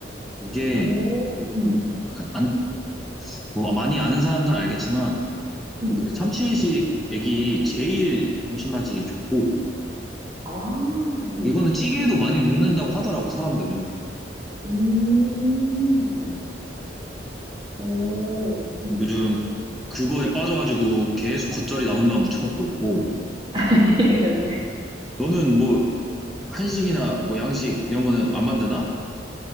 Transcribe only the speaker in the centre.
이게
약간 안, 뭐 많이 아는 사람들은 알겠지만
그 참치액이 액이 제일 감칠맛이 좋고
이거는 찌개에도 많이 넣는다고 하더라고 사람들은.
음,
그래서
요즘 그거에 빠져가지고 계속 겉절이 나물만 무쳐 먹고 있고
너는 뭐 한식이나 뭐 양식 이런 거는 안 만드나?